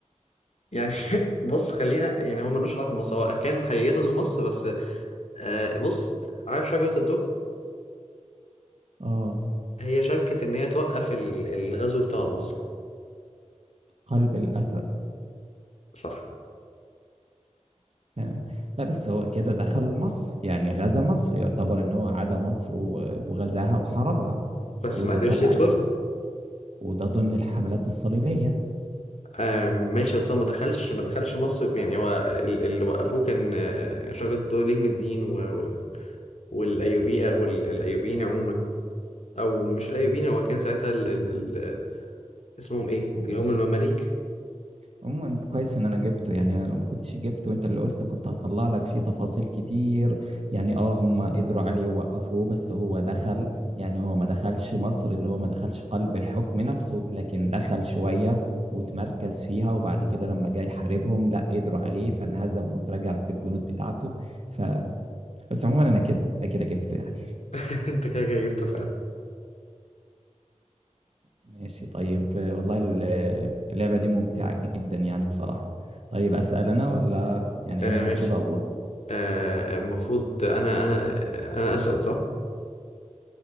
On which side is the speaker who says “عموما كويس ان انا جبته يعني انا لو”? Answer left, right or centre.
Right